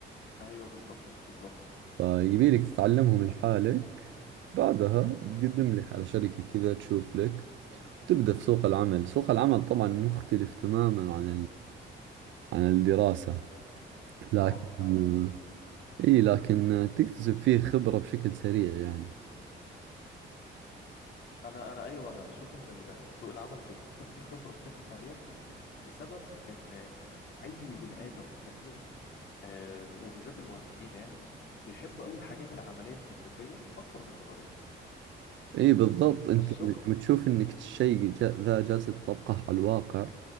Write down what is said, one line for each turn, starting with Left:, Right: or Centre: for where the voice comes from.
Left: ايوه بالظبط بالظبط
Right: فيبيلك تتعلمهم لحالك بعدها تقدم لك على شركة كذا تشوف لك وتبدأ في سوق العمل سوق العمل طبعا مختلف تماما عن عن الدراسة لكن
Left: اه فعلا
Right: إي لكن تكتسب فيه خبرة بشكل سريع يعني
Left: انا انا ايوه انا بشوف ان ال- سوق العمل بيكتسب فيه خبره بشكل سريع بسبب ان اي بني ادم طبيعي آه وبالذات المهندسين يعني بيحبوا قوي الحاجات العمليه التطبيقيه اكتر من النظريه
Right: إي بالضبط أنت
Left: فالشغل
Right: لما لما تشوف إنك الشيء جا- ذا جالس تطبقه على الواقع